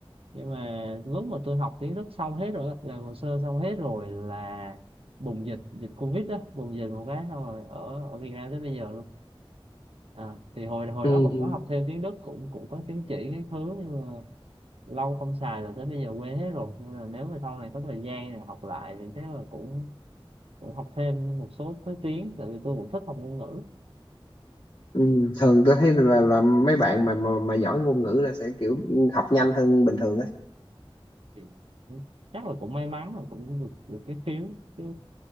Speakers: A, on the right (about 75°); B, on the left (about 45°).
A: nhưng mà lúc mà tôi học tiếng Đức xong hết rồi á, làm hồ sơ xong hết rồi là bùng dịch dịch Covid á bùng dịch một cái xong rồi ở ở Việt Nam tới bây giờ luôn à, thì hồi hồi
B: ừ.
A: đó cũng có học thêm tiếng Đức cũng cũng có chứng chỉ cái thứ nhưng mà lâu không xài là tới bây giờ quên hết rồi nên là nếu mà sau này có thời gian rồi học lại thì chắc là cũng cũng học thêm một số thứ tiếng tại vì tôi cũng thích học ngôn ngữ
B: Ừ. thường tôi thấy là, là mấy bạn mà, mà mà giỏi ngôn ngữ là sẽ kiểu học nhanh hơn bình thường á
A: Thì chắc là cũng may mắn là cũng được được cái phiếu chứ